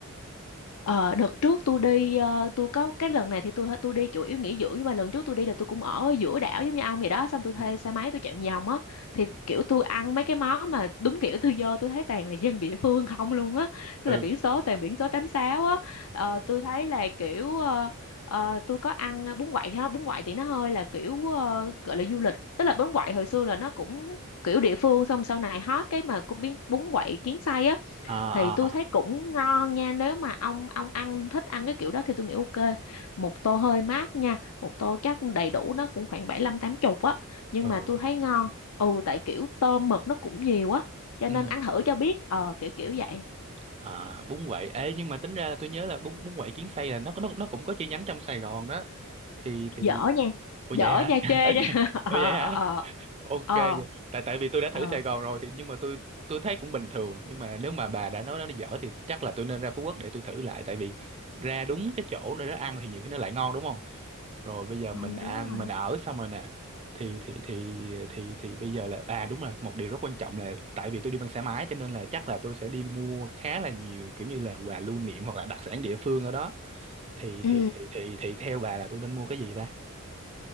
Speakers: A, on the left; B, on the right.
A: Ờ, đợt trước tôi đi ờ, tôi có cái lần này thì tôi tôi đi chủ yếu nghỉ dưỡng nhưng mà lần trước tôi đi là tôi cũng ở giữa đảo giống như ông vậy đó xong tôi
B: Ừ.
A: thuê xe máy tôi chạy vòng vòng á thì kiểu tôi ăn mấy cái món mà đúng kiểu tôi vô tôi thấy toàn là dân địa phương không luôn á là
B: Ừ.
A: biển số toàn biển số 86 á Ờ, tôi thấy là kiểu ờ, ờ, tôi có ăn bún quậy ha bún quậy thì nó hơi là kiểu ờ, gọi là du lịch tức là bún quậy hồi xưa là nó cũng kiểu địa phương xong sau này hot cái mà cũng biến bún quậy kiến xây á
B: à,
A: thì tôi
B: à.
A: thấy cũng ngon nha nếu mà ông ông ăn thích ăn cái kiểu đó thì tôi nghĩ ok một tô hơi mát nha một tô chắc đầy đủ nó cũng khoảng bảy lăm tám chục á nhưng
B: Ừ.
A: mà tôi thấy ngon ừ tại kiểu tôm mực nó cũng nhiều á cho
B: Ừ.
A: nên ăn thử cho biết ờ kiểu kiểu vậy
B: À, bún quậy. Ê nhưng mà tính ra là tôi nhớ là bún bún quậy Kiến Xây là nó nó nó cũng có chi nhánh trong Sài Gòn đó. Thì thì
A: dở nha
B: Ủa
A: dở
B: vậy hả?
A: nha
B: <laughs>
A: chê
B: Ủa
A: nha
B: vậy,
A: <laughs> ờ
B: Ủa vậy hả?
A: ờ
B: Ok
A: ờ
B: vậy. Tại tại vì tôi đã thử
A: ờ
B: Sài Gòn rồi thì nhưng mà tôi tôi thấy cũng bình thường nhưng mà nếu mà bà đã nói nó dở thì chắc là tôi nên ra Phú Quốc để tôi thử lại tại vì ra đúng cái chỗ nơi nó ăn thì nhiều khi nó lại ngon đúng không? Rồi bây giờ
A: ừ
B: mình ăn
A: đúng rồi
B: mình ở xong rồi nè thì thì thì thì thì bây giờ là à đúng rồi một điều rất quan trọng là tại vì tôi đi bằng xe máy cho nên là chắc là tôi sẽ đi mua khá là nhiều kiểu như là quà lưu niệm hoặc là đặc sản địa phương ở đó thì
A: ừ
B: thì thì thì thì theo bà là tôi nên mua cái gì ta?